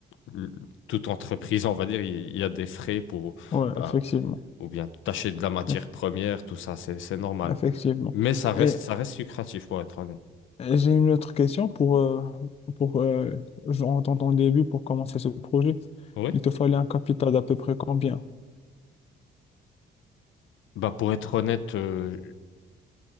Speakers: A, on the left; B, on the left.
A: euh, l- toute entreprise, on va dire, il il y, a des frais pour,
B: Ouais,
A: bah,
B: effectivement.
A: ou bien tâcher de la matière
B: Eff-
A: première, tout ça, c'est, c'est normal.
B: Effectivement.
A: Mais ça reste,
B: Et
A: ça reste lucratif, pour être honnête.
B: Euh, J'ai une autre question pour, euh, pour euh, genre, dans ton début, pour commencer ce projet.
A: Oui.
B: Il te fallait un capital d'à peu près combien?
A: Bah, pour être honnête, euh,